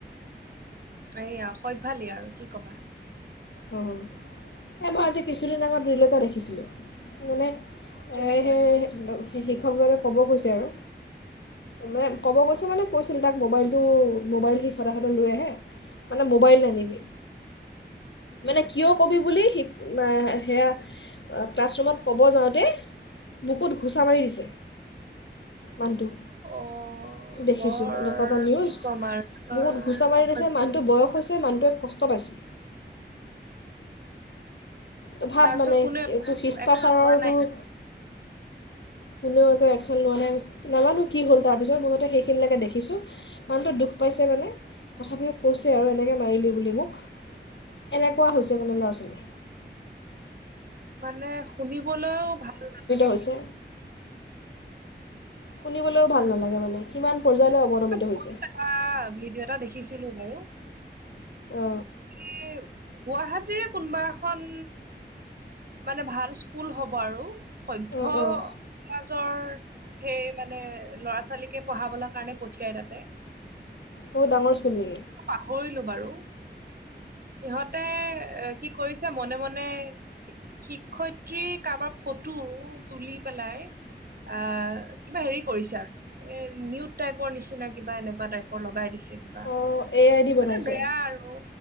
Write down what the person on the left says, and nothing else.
অ, এই মই আজি কিছুদিন আগত ৰিল এটা দেখিছিলোঁ মানে।
এ সেই।
শিক্ষকজনে ক'ব গৈছে আৰু মানে ক'ব গৈছে মানে কৈছিল তাক মো'ৱাইলটো মো'ৱাইল সি সদায় সদায় লৈ আহে মানে মো'ৱাইল নানিবি। মানে কিয় কবি বুলি, সেয়া ক্লাছৰুমত ক'ব যাওঁতে বুকুত ঘোচা মাৰি দিছে। মানুহটোক
দেখিছোঁ
এনেকুৱা এটা নিউজ
বুকুত ঘুচা মাৰি
দিছে মানুহটো বয়স হৈছে মানুহ। কষ্ট পাইছে। তই ভাব
মানে
একো শিষ্টাচাৰৰ
তোৰ।
কোনেও একো একশচন লোৱা নাই নাজানো কি হ'ল তাৰপিছত মুঠতে সেইখিনিলেকে দেখিছোঁ মানুহটোৱে দুখ পাইছে মানে তথাপিও কৈছে আৰু এনেকে মাৰিলি বুলি মোক এনেকুৱা হৈছে মানে ল'ৰা-ছোৱালী।
হৈছে শুনিবলৈও ভাল নালাগে মানে কিমান। পৰ্যায়লৈ অৱনমিত হৈছে
অ।
অঁ অঁ
বহুত ডাঙৰ স্কুল নেকি
অঁ এ আই ডি বনাইছে